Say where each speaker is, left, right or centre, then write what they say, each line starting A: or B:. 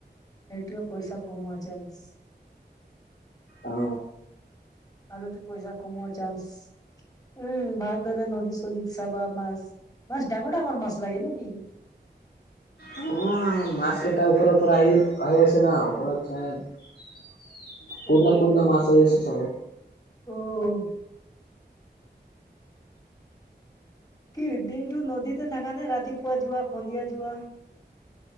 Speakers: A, on the left; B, on the left.
A: সেইটোৱে পইচা কমোৱা চান্স
B: অ
A: আৰু ত পইচা কমোৱা চান্স উম ভাল ধৰে নদী চদীত চাবা মাছ মাছ ডাঙৰ ডাঙৰ মাছ লাগে নেকি <inaudible>
B: উম মাছ কেইটা ওপৰৰ পৰা আহি আহি আছে না ওপৰত <unintelligible> পূৰ্ণা
A: অ',
B: পূৰ্ণা মাছ আহি আছে চাগ
A: অ', কি দিনটো নদীতে থাকা নে ৰাতিপুৱা যোৱা খন্দিয়া যোৱা